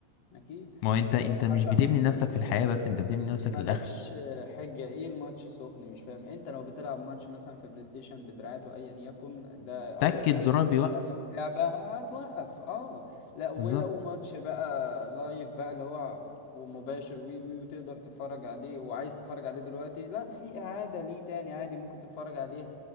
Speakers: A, on the left; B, on the left.
A: اكيد
B: ما هو انت انت
A: يعني
B: مش
A: حتى
B: بتبني نفسك في الحياة بس انت بتبني نفسك
A: مالكش
B: للاخره
A: حجة ايه الماتش سخن مش فاهم انت لو بتلعب ماتش مثلا في بلاي ستيشن بدراعاته ايا يكن ده اول
B: تأكد
A: حاجة
B: زرار
A: في
B: بيوقف
A: اول ثلاثة اللعبة هتوقف اه لا ولو
B: بالظبط
A: ماتش بقى لايف بقى اللي هو ومباشر وي وي وتقدر تتفرج عليه وعايز تتفرج عليه دلوقتي لا في اعادة ليه تاني عادي ممكن تتفرج عليها